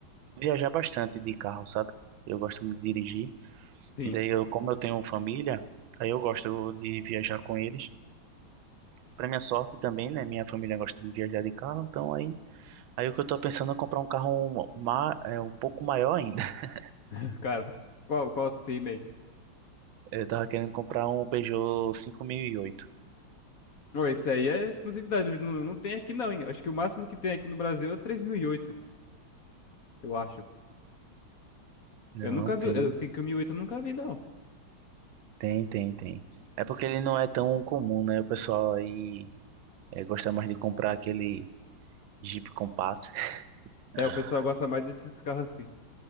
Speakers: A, on the right (about 80°); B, on the left (about 60°).
A: viajar bastante de carro, sabe? Eu gosto muito de dirigir.
B: sim.
A: E daí, eu, como eu tenho família, aí eu gosto de viajar com eles. Pra minha sorte também, né? Minha família gosta de viajar de carro, então aí, aí o que eu tô pensando é comprar um carro ma- é, um pouco maior ainda. <laughs>
B: <laughs> Cara, qual, qual você tem e-mail?
A: Eu tava querendo comprar um Peugeot 5008.
B: Não, esse aí é exclusividade, não, não tem aqui não, hein? Acho que o máximo que tem aqui no Brasil é o três mil e oito eu acho.
A: Não,
B: Eu nunca
A: tem,
B: vi, eu, assim, que o 1008 eu nunca vi, não.
A: tem, tem, tem. É porque ele não é tão comum, né? O pessoal aí é, gosta mais de comprar aquele Jeep Compass. <laughs>
B: É, o pessoal gosta mais desses carros assim.